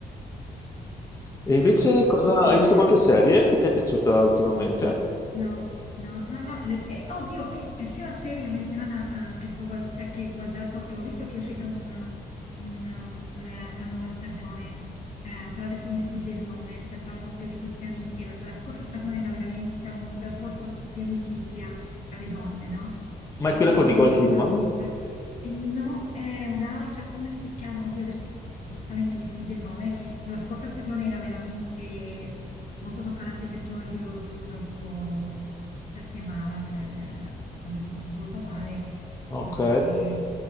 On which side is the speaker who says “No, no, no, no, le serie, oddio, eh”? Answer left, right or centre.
Left